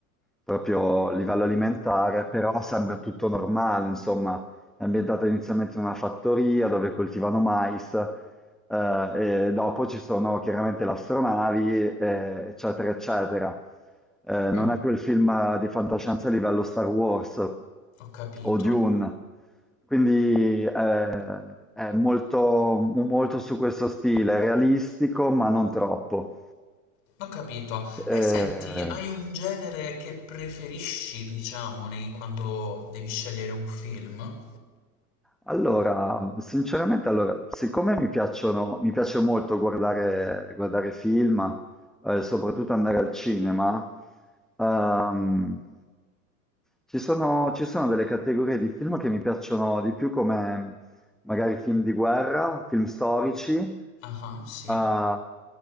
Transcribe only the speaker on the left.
Mh,
ho capito.
Ho capito. E
senti, hai un genere che preferisci, diciamo, nei- quando devi scegliere un film?
Ah, ah, sì.